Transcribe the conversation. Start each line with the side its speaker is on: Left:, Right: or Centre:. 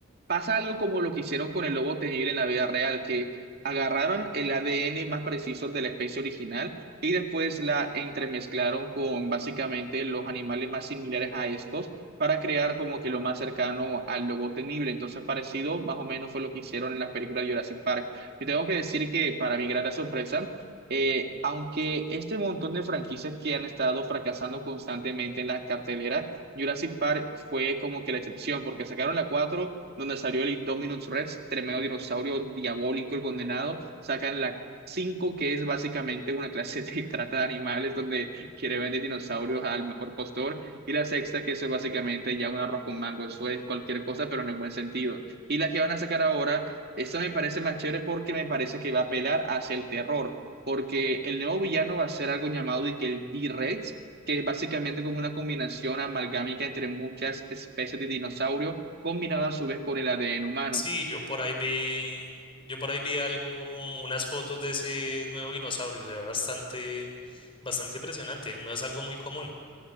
Right: pasa algo como lo que hicieron con el lobo tenible en la vida real, que agarraron el ADN más preciso de la especie original y después la entremezclaron con básicamente los animales más similares a estos para crear como que lo más cercano al lobo tenible. Entonces, parecido más o menos fue lo que hicieron en las películas de Jurassic Park te tengo que decir que para mi grata sorpresa, eh, aunque este montón de franquicias que han estado fracasando constantemente en la cartelera, Jurassic Park fue como que la excepción, porque sacaron la 4 donde salió el Indominus Rex, tremendo dinosaurio diabólico, el condenado, sacan la 5 que es básicamente una clase de <laughs> trata de animales, donde quiere vender dinosaurios al mejor postor, y la sexta, que eso es básicamente ya un arroz con mango, eso es cualquier cosa, pero en el buen sentido. Y la que van a sacar ahora esto me parece más chévere porque me parece que va a apelar hacia el terror, porque el nuevo villano va a ser algo llamado de que el D-Rex, que es básicamente como una combinación amalgámica entre muchas especies de dinosaurio, combinada a su vez con el ADN humano.
Left: Sí, yo por ahí vi, yo por ahí vi algo, unas fotos de ese nuevo dinosaurio, se ve bastante, bastante impresionante, no es algo muy común,